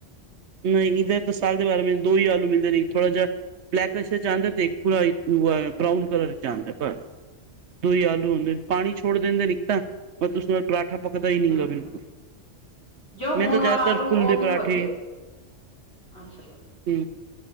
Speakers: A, on the right; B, on the left.
A: ਨਹੀਂ, ਇਧਰ ਤਾਂ ਸਾਲ ਦੇ ਬਾਰਾਂ ਮਹੀਨੇ ਦੋ ਹੀ ਆਲੂ ਮਿਲਦੇ ਨੇ। ਥੋੜ੍ਹਾ ਜਿਹਾ ਬਲੈਕਸ ਚ ਆਦਾ, ਤੇ ਇਕ ਪੂਰਾ ਬਰਾਊਨ ਕਲਰ ਚ ਆਦਾ ਬਸ ਦੋ ਹੀ ਆਲੂ ਹੁੰਦੇ, ਪਾਣੀ ਛੋੜ ਦਿੰਦੇ ਨੇ ਇੱਕ ਤਾਂ ਬਾਕੀ ਉਸਦਾ ਪਰਾਂਠਾ ਪਕਦਾ
B: ਹਮ
A: ਹੀ ਨਹੀਂ ਗਾ, <unintelligible> ਬਿਲਕੁਲ
B: ਜੋ ਹੁਣ
A: ਮੈਂ ਤਾਂ ਜ਼ਿਆਦਾਤਰ
B: ਵਾਲਾ ਆਲੂ
A: ਫੁੱਲ
B: ਉਹ
A: ਦੇ
B: ਮੈਨੂੰ
A: ਪਰਾਂਠੇ
B: ਵਧੀਆ ਅੱਛਾ।
A: ਹਮ‌।